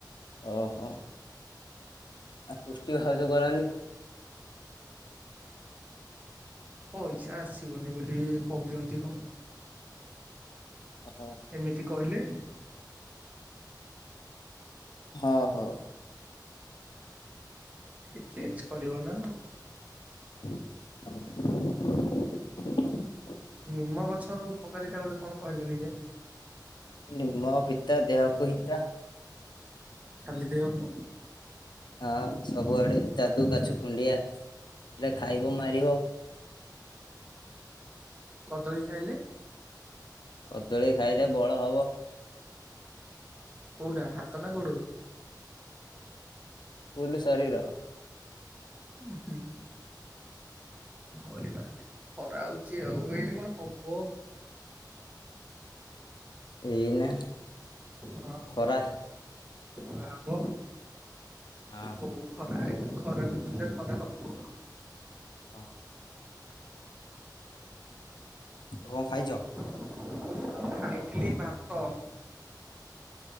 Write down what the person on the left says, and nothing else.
ଓହୋ। ଆଉ ପୁଷ୍ଟି ଭାଉଜ ଗଲାନି।
ମାଲୋ।
ହଁ ହଁ।
<unintelligible>
ନିମ ପିତା ଦେହକୁ ହିତା।
ହଁ ସବୁଆଡ଼େ ଯାଦୁ କାଛୁ କୁଣ୍ଡିଆ ହେଲେ ଖାଇବ ମାରିବ।
କଦଳୀ ଖାଇଲେ ବଳ ହବ।
ଫୁଲ୍ ଶରୀର।
ଏଇନା
ଖରା
ହଁ।
ହଁ। ଆଉ କଣ ଖାଇଚ?